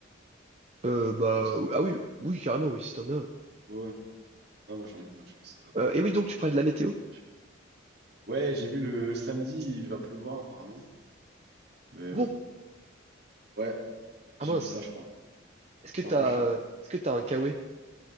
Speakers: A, on the right; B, on the right.
A: Euh,
B: je
A: bah,
B: pense.
A: ah oui, oui, carrément, oui, si t'en as.
B: Ouais, ouais. Ouais, moi, j'en ai, je pense que ça va
A: Euh, et oui, donc tu parlais de la météo?
B: marcher. Ouais, j'ai vu le samedi, il va pleuvoir, apparemment. Mais
A: Ah
B: bon.
A: bon?
B: Ouais,
A: Ah
B: j'ai
A: mince.
B: vu ça, je crois.
A: Est-ce que
B: C'est
A: t'as,
B: un peu chiant.
A: est-ce que t'as un k kawaii?